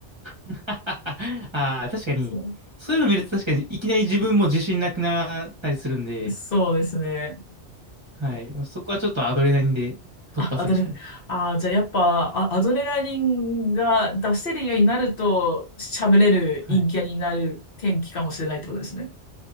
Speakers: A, on the right; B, on the left.
A: <laughs> あー、確かに、
B: そ
A: そういうの見ると確かに、いきなり自分も自信なくなったりするんで、
B: う、そうですね。
A: はい。そこはちょっとアドレナリンで突破するしかないです。
B: あ、アドレ、あー、じゃあやっぱ、あ、アドレナリンが出せるようになると、喋れる陰キャになる天気かもしれないってことですね。
A: はい。